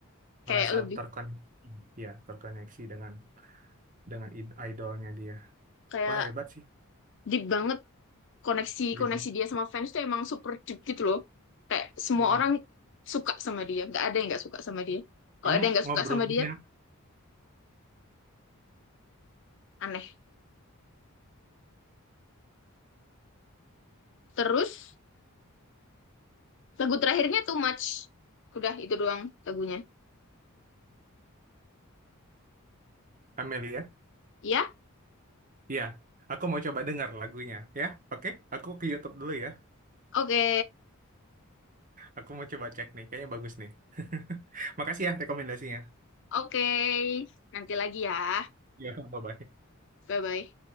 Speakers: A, on the right; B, on the left.
A: merasa
B: kayak lebih
A: terkoneksi, ya terkoneksi dengan dengan id- idolnya dia.
B: kayak
A: Wah hebat sih,
B: deep banget koneksi
A: Dipa.
B: koneksi dia sama fans tuh emang super deep gitu loh kayak semua
A: Mm.
B: orang suka sama dia nggak ada yang nggak suka sama dia kalau
A: Kamu
B: ada yang nggak
A: ngobrolnya
B: suka sama dia aneh terus lagu terakhirnya too much udah itu doang lagunya
A: Amelia.
B: ya
A: Iya, aku mau coba dengar lagunya, ya. Oke, aku ke YouTube dulu ya.
B: oke
A: Aku mau coba cek nih, kayaknya bagus nih. <laughs> Makasih ya rekomendasinya.
B: Oke, nanti lagi ya.
A: Iya, bye-bye.
B: Bye-bye.